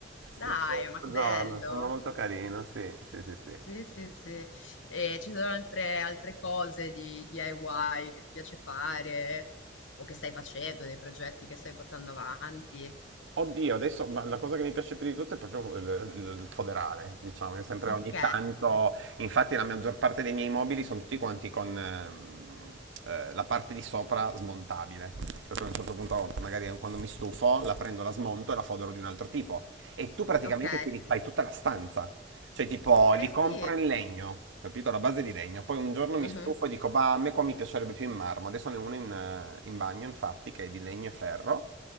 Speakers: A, on the left (about 85°); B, on the right (about 75°).
A: Dai,
B: Un altro
A: ma che bello!
B: giorno, sembra molto carino, sì, sì, sì, sì.
A: Sì, sì, sì. E ci sono altre, altre cose di DIY che ti piace fare o che stai facendo, dei progetti che stai portando avanti.
B: Oddio, adesso ma la cosa che mi piace più di tutto è proprio il, il- il foderare, diciamo, io sempre
A: Ok,
B: ogni tanto, infatti la maggior parte dei miei mobili sono tutti quanti con ehm, eh, la parte di sopra smontabile, per cui a un certo punto magari quando mi stufo la prendo, la smonto e la fodero di un altro tipo e tu praticamente
A: ok.
B: ti rifai tutta la stanza, cioè, tipo,
A: Eh
B: li
A: sì.
B: compro in legno, capito? La base di legno. Poi un giorno mi
A: Mhm,
B: stufo e dico, bah, a me qua mi piacerebbe più in marmo. Adesso ne ho uno in, eh, in bagno, infatti, che è di legno e ferro.